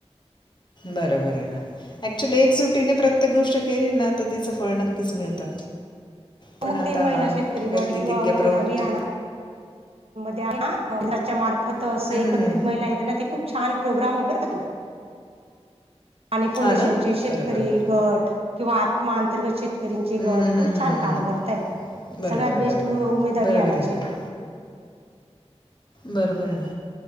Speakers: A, on the left; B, on the right.
A: बरोबर आहे ना ऍक्च्युली एकजुटीने प्रत्येक गोष्ट केले ना तर तिचं फळ नक्कीच मिळतं पण
B: मग
A: आता
B: ते महिला शेतकरी
A: व्यक्ती
B: गट किंवा
A: तितक्या प्रवृत्ती
B: उमेद अभियाना त्याच्या मार्फत अस
A: हम्म,
B: एकत्रित
A: हम्म. हम्म.
B: महिला येत ना ते खूप छान प्रोग्राम आहे बरोबर तो पाणी फाउंडेशनचे
A: हा ना
B: शेतकरी
A: बरोबर बरोबर
B: गट किंवा आत्मा अंतर्गत शेतकरी शेतकरींचे
A: हम्म,
B: गट
A: हम्म,
B: खूप
A: हम्म. हम्म.
B: छान काम करतय
A: बरोबर
B: सगळ्यात
A: बरोबर
B: बेस्ट उमेद अभियानाचे
A: बरोबर आहे ना बरोबर ना